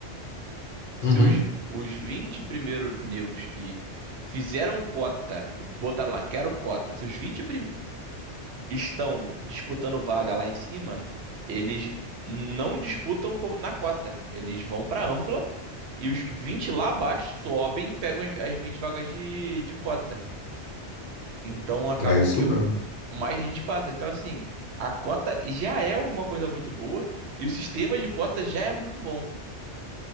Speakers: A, on the right; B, on the left.
A: Se
B: uhum.
A: os, os 20 primeiros negros que fizeram cota, que botaram lá, quero cota, se os 20 estão disputando vaga lá em cima, eles não disputam co- na cota. Eles vão para ampla e os que 20 lá abaixo sobem e pegam as, as 20 vagas de, de cota. Então acabam
B: É isso
A: que uh,
B: mesmo.
A: mais gente passa. Então, assim, a cota já é alguma coisa muito boa e o sistema de cota já é muito bom.